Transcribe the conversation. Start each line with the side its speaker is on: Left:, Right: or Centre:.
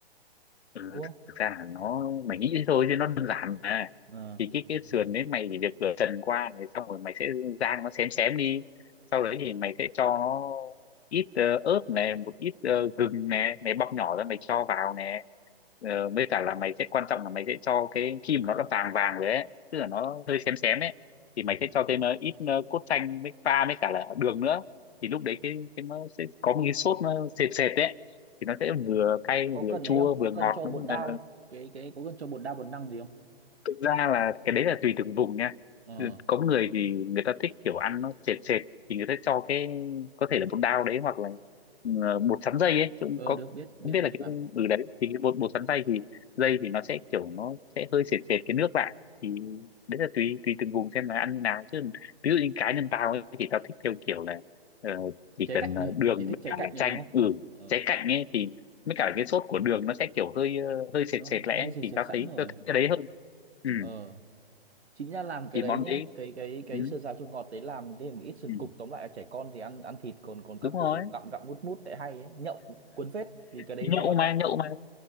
Left: Ừ,
Right: đúng không
Left: thực ra là nó mày nghĩ thế thôi chứ nó đơn giản mà
Right: Ờ.
Left: thì cái cái sườn đấy mày chỉ việc rửa trần qua này xong rồi mày sẽ rang nó xém xém đi sau đấy thì mày sẽ cho nó ít ờ, ớt này một ít ờ, gừng này mày bóc nhỏ ra mày cho vào nè Ờ, với cả là mày sẽ quan trọng là mày sẽ cho cái khi mà nó đã vàng vàng rồi ấy tức là nó hơi xém xém ấy thì mày sẽ cho thêm ờ, ít ờ, cốt chanh với pha với cả là đường nữa thì lúc đấy cái cái nó sẽ có một cái sốt nó sệt sệt đấy thì nó sẽ vừa cay
Right: có
Left: vừa
Right: cần
Left: chua
Right: ấy không
Left: vừa
Right: có
Left: ngọt
Right: cần cho
Left: nó
Right: bột
Left: cũng
Right: đao
Left: là
Right: cái cái có cần cho bột đao bột năng gì không
Left: thực ra là cái đấy là tùy từng vùng nha
Right: ờ
Left: Ừ, có người thì người ta thích kiểu ăn nó sệt sệt thì người ta cho cái có thể là bột đao đấy hoặc là ờ, bột sắn dây ấy chứ cũng
Right: ờ
Left: có
Right: được biết biết
Left: không biết
Right: bột
Left: là cái
Right: sắn
Left: ừ đấy thì cái bột bột sắn dây thì dây thì nó sẽ kiểu nó sẽ hơi sệt sệt cái nước lại thì đấy là tùy tùy từng vùng xem là ăn như nào chứ ví dụ như cá nhân tao ấy thì tao thích theo kiểu là ờ, chỉ
Right: trái
Left: cần
Right: cạnh
Left: ờ,
Right: rồi
Left: đường
Right: chỉ
Left: với
Right: thích trái
Left: cả
Right: cạnh
Left: là
Right: rồi
Left: chanh
Right: đúng không
Left: ừ
Right: ờ
Left: trái cạnh ấy thì với cả cái sốt của đường nó sẽ kiểu hơi ờ, hơi sệt
Right: nó
Left: sệt lẽ
Right: hơi sệt
Left: thì
Right: sệt
Left: tao
Right: sẵn
Left: thấy
Right: rồi
Left: tao thích cái đấy hơn ừ
Right: ờ chính ra làm cái
Left: thì
Right: đấy
Left: món
Right: nhá
Left: đấy
Right: cái cái cái
Left: ừ,
Right: sơ sáo chua ngọt đấy làm thêm một ít sườn
Left: ừ,
Right: cục tóm lại là trẻ con thì ăn ăn thịt còn còn các
Left: đúng rồi
Right: cụ gặm gặm mút mút để hay ấy nhậu cuốn phết vì cái đấy
Left: nhậu
Right: nó mặn
Left: Nhậu. mà
Right: mặn
Left: nhậu mà